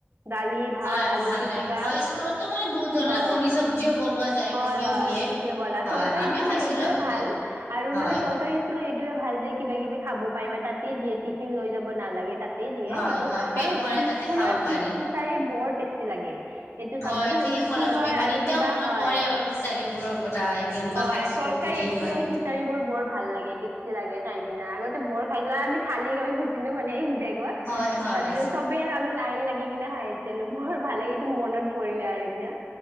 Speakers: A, on the right; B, on the left.
A: ডালি -ভাত,
B: হয়
A: আলু
B: ভাল
A: পিটিকা,
B: লাগে হয় স্কুলতো মানে বহুত ধৰণৰ
A: হয়,
B: কণী চব্জিও বনোৱা যায়
A: হয়,
B: কণীও
A: হয়
B: দিয়ে
A: ঠিক। তে কলা।
B: হয়
A: চৰকাৰী
B: আমিও
A: ইস্কুল
B: খাইছিলো
A: এইটোয়ে
B: আগতে
A: ভাল, আৰু
B: হয়
A: মানে চৰকাৰী <unintelligible> এইটোৱে ভাল যে কিবা-কিবি খাব পাৰিবা, তাতে দিয়ে টিফিন লৈ যাব নালাগে তাত। তে দিয়ে
B: হয়
A: সেইটো,
B: হয় পেট
A: আৰু
B: ভৰাই
A: ইস্কুলৰ
B: তাতে খাব পাৰি
A: খিচাৰি বৰ টেষ্টি লাগে। সেইটো চাবাচোন,
B: হয় ঠিকে
A: ইস্কুলৰ
B: ক'লা তুমি মানে
A: আৰু
B: এতিয়াও
A: কিবা
B: মনত
A: হয়,
B: পৰে আৰু খিচাৰিবোৰৰ কথা কেনেকুৱা
A: হয়।
B: খাইছিলো
A: চৰকাৰী
B: বুলি
A: ইস্কুলৰ
B: হয়।
A: খিচাৰী বোৰ বৰ ভাল লাগে, টেষ্টি লাগে খাই কিনা। আগতে বৰ খাইছিলোঁ আৰু আমি থালি লৈ গৈছিলো মানে বেগত।
B: হয় হয়
A: তাৰপিছত চবে লা আমি লাইন লাগি কিনে খাইছিলোঁ। বৰ ভাল লাগেটো মনত পৰিলে আৰু এতিয়া।